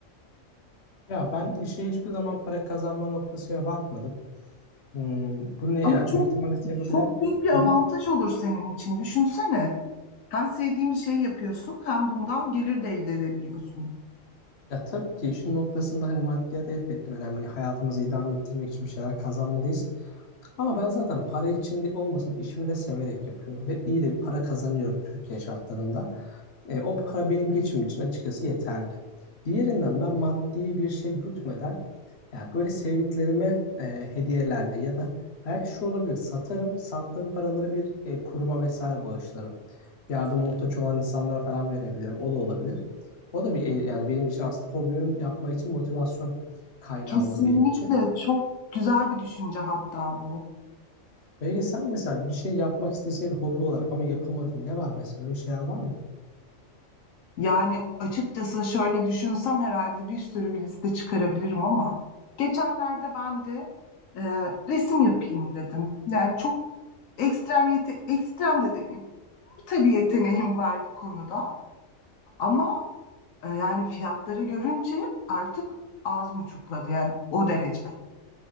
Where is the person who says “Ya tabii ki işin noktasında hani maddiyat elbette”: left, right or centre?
Left